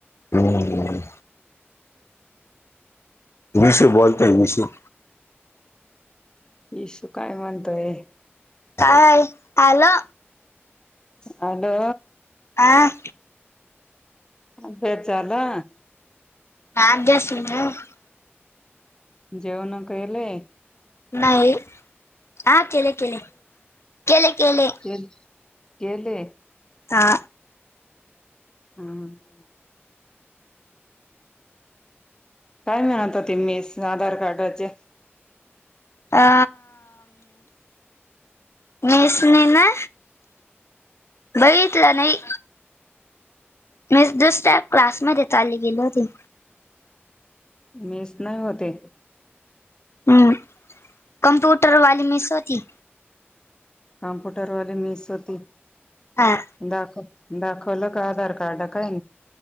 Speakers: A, on the left (about 80°); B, on the left (about 20°).
A: हम्म इशु बोलतेय इशु.
B: इशु काय म्हणतोय?
A: काय हॅलो
B: हॅलो
A: आ
B: अभ्यास झाला.
A: अभ्यास नाही
B: जेवन केले.
A: नाही. हा केले केले. केले केले.
B: केले केले
A: हा
B: हा. काय नाही आता ते मेस आधार कार्डाचे.
A: अ मेस ने ना. बघितला नाही. मी दुसऱ्या क्लासमध्ये चाली गेली होती.
B: मेस नाही होते.
A: ह कंप्यूटरवाली मेस होती.
B: कमप्युटरवाे मीस होती.
A: हा‌.
B: दाखव दाखवलं का आधार कार्डा काय